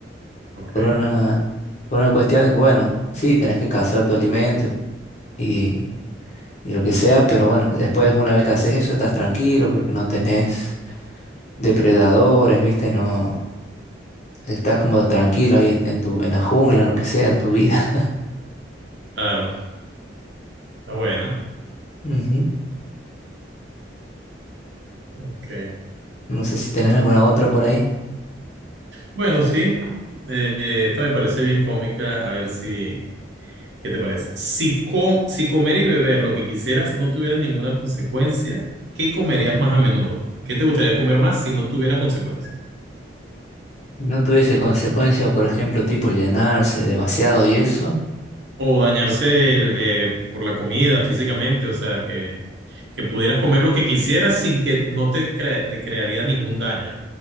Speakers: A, on the right (about 70°); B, on the left (about 40°).
A: ok,
B: Por una, por una cuestión de que, bueno, sí, tenés que cazar tu alimento y, y lo que sea, pero bueno, después una vez que haces eso estás tranquilo porque no tenés depredadores, ¿viste? No, estás como tranquilo ahí en, en tu, en la jungla, en lo que sea, en tu vida.
A: claro, está buena,
B: <laughs> Ujú.
A: ok.
B: No sé si tenés alguna otra por ahí.
A: Bueno, sí, eh, eh, esta me parece bien cómica, a ver si... ¿Qué te parece? Si, com- si comer y beber lo que quisieras no tuviera ninguna consecuencia, ¿qué comerías más a menudo? ¿Qué te gustaría comer más si no tuviera consecuencias?
B: No tuviese consecuencia, por ejemplo, tipo llenarse demasiado y eso.
A: O dañarse el, eh, por la comida físicamente, o sea, que, que pudieras comer lo que quisieras sin que no te, cre- te crearía ningún daño.